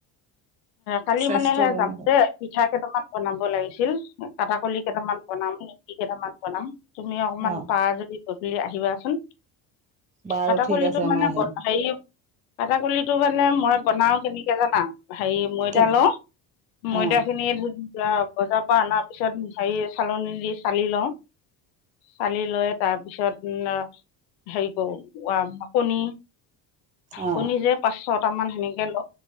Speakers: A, on the left (about 80°); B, on the right (about 15°).
A: কালি
B: স্বাস্থ্যৰ
A: মানে সে
B: কাৰণে
A: যাম
B: ভাল
A: দে পিঠা কেইটামান বনাব লাগিছিল কাটা কলি কেইটামান বনাম নিমকি কেইটামান বনাম তুমি অকমান
B: অঁ
A: পাৰ যদি গধূলি আহিবাচোন
B: বাৰু
A: কটা
B: ঠিক
A: কলিটো
B: আছে
A: মানে
B: মই আহিম
A: হেৰি কাটাকলিটো মানে মই বনাও কেনেকে জানা হেৰি ময়দা
B: কেনে
A: লওঁ ময়দাখিনি
B: অঁ
A: বজাৰ পৰা অনাৰ পিছত হেৰি চালনী দি চালি লওঁ চালি লৈ তাৰপিছত হেৰি কৰো কণী
B: অঁ
A: কণী যে পাঁচ ছটামান সেনেকে ল